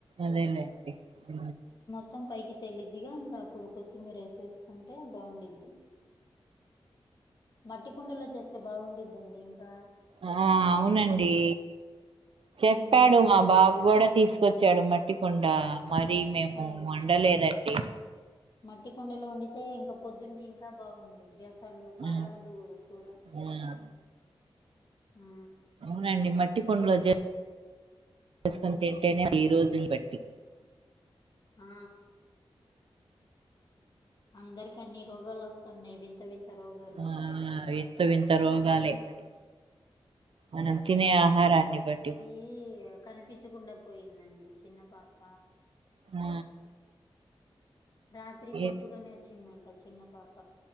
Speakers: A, on the right (about 75°); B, on the left (about 45°).
A: అదేలేండి ఊ
B: మొత్తం పైకి తెల్లిద్దిగా ఇంకా అప్పుడు కొత్తిమీర వేసేసుకుంటే బాగుండిద్ది మట్టి కుండలో చేస్తే బాగుండిద్దండి ఇంకా
A: ఆ అవునండి చెప్పాడు
B: హ్మ్. మట్
A: మా బాబు కూడా తీసుకు తీసుకొచ్చాడు మట్టికుండ మరి మేము
B: హ్మ్.
A: వండలేదండి
B: మట్టి కుండలో వండితే ఇంకా పొద్దుంకి ఇంకా బాగుండిది గ్యాస్ సలు పాడవదు
A: మ్మ్
B: కూడా కూర
A: మ్మ్
B: ఊ
A: అవునండి మట్టి కొండలో చేసుకొని తింటేనే ఈ రోజులు బట్టి
B: ఆ అందరికి అన్ని రోగాలు వస్తున్నాయి వింత వింత రోగాలు
A: ఆ వింత వింత రోగాలే మరి మనం తినే ఆహారాన్ని బట్టి
B: ఈ కనిపించకుండా పోయిందండి చిన్న పాప
A: ఆ
B: రాత్రి కొట్టుకని
A: ఏ
B: వచ్చిందంట చిన్న పాప